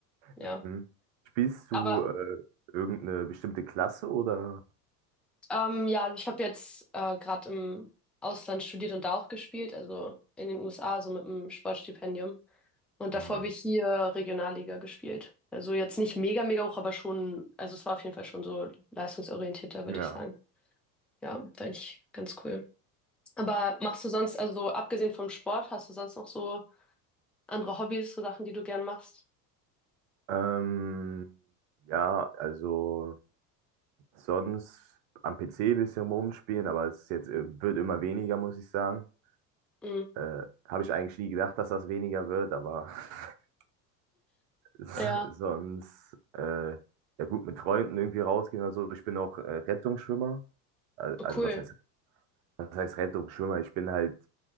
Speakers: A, in the centre; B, on the right.
A: Ja.
B: Mhm. Spielst
A: Aber
B: du äh, irgendeine bestimmte Klasse oder?
A: Ähm, ja, also ich habe jetzt äh, gerade im Ausland studiert und da auch gespielt, also in den USA, so mit einem Sportstipendium. Und davor
B: Mhm.
A: habe ich hier Regionalliga gespielt. Also jetzt nicht mega, mega hoch, aber schon, also es war auf jeden Fall schon so leistungsorientierter, würde
B: Ja.
A: ich sagen. Ja, fand ich ganz cool. Aber machst du sonst, also abgesehen vom Sport, hast du sonst noch so andere Hobbys, so Sachen, die du gern machst?
B: Ähm, ja, also. Sonst am PC bisschen rumspielen, aber es ist jetzt, äh, wird immer weniger, muss ich sagen.
A: Mhm.
B: Äh, habe ich eigentlich nie gedacht, dass das weniger wird, aber <laughs> s-
A: Ja,
B: sonst, äh, ja gut, mit Freunden irgendwie rausgehen oder so. Ich bin auch äh, Rettungsschwimmer. Al-
A: oh,
B: Also
A: cool.
B: was heißt, was heißt Rettungsschwimmer? Ich bin halt,